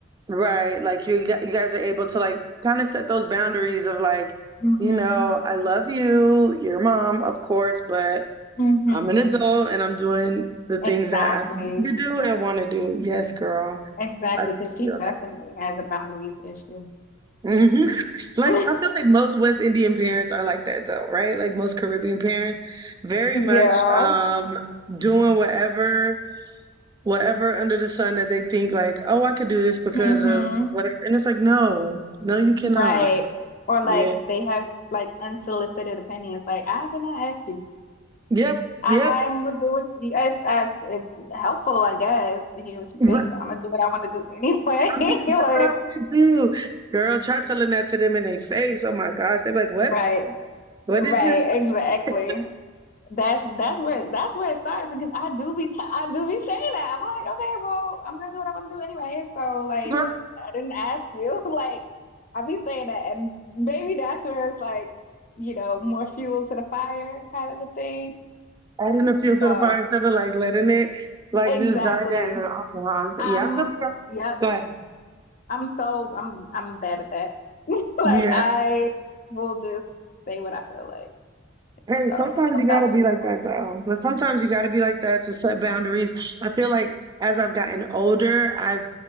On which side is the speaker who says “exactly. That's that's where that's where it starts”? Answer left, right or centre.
Left